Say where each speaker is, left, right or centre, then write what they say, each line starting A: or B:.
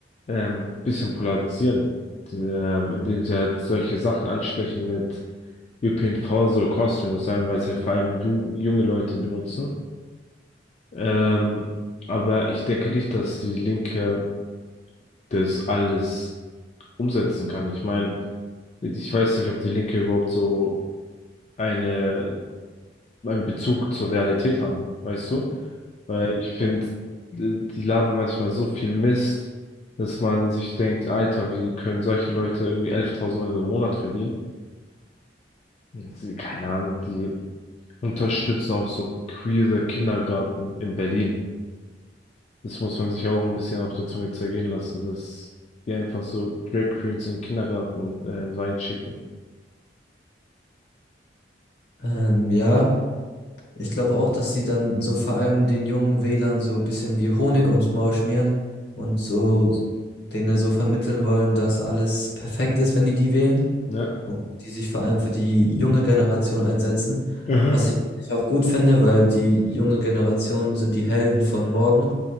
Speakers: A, on the left; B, on the left.
A: ähm, bisschen polarisieren, die, ähm, indem sie halt solche Sachen ansprechen mit ÖPNV soll kostenlos sein, weil es halt vor allem ju junge Leute benutzen. Ähm, aber ich denke nicht, dass die Linke das alles umsetzen kann. Ich meine, ich weiß nicht, ob die Linke überhaupt so eine, einen Bezug zur Realität haben, weißt du? Weil ich finde, die labern manchmal so viel Mist, dass man sich denkt, Alter, wie können solche Leute irgendwie 11.000 Euro im Monat verdienen? Sie, keine Ahnung, die unterstützen auch so queere Kindergarten in Berlin. Das muss man sich auch ein bisschen auf der Zunge zergehen lassen, dass die einfach so Drag Queens in den Kindergarten und, ähm, reinschicken.
B: Ähm, ja. Ich glaube auch, dass sie dann so vor allem den jungen Wählern so ein bisschen wie Honig ums Maul schmieren und so denen so vermitteln wollen, dass alles perfekt ist, wenn die die wählen
A: Ja,
B: und die sich vor allem für die junge Generation einsetzen,
A: Aha.
B: was ich ich auch gut finde, weil die junge Generation sind die Helden von morgen.